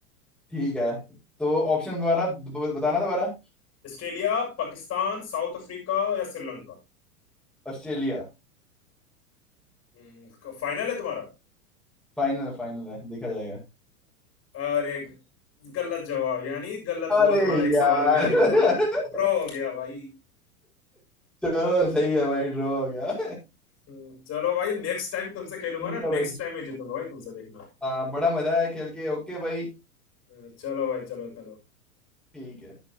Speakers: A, in the centre; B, on the left.
A: ठीक है तो ऑप्शन दोबारा ब- बताना दोबारा
B: ऑस्ट्रेलिया पाकिस्तान साउथ अफ्रीका या श्रीलंका
A: ऑस्ट्रेलिया
B: हम्म, फाइनल है तुम्हारा
A: फाइनल है फाइनल है देखा जाएगा
B: अरे गलत जवाब यानी गलत
A: अरे
B: हुआ तुम्हारा एक सवाल
A: यार
B: मेरा भी
A: <laughs>
B: गलत हुआ ड्रॉ हो गया भाई
A: चलो सही है भाई ड्रॉ हो गया
B: हम्म, चलो भाई नेक्स्ट टाइम तुमसे खेलूंगा
A: ठीक
B: ना
A: है
B: नेक्स्ट
A: भाई
B: टाइम मैं जीतूंगा भाई तुमसे देखना
A: हाँ बड़ा मजा आया खेल के ओके भाई
B: अ, चलो भाई चलो चलो
A: ठीक है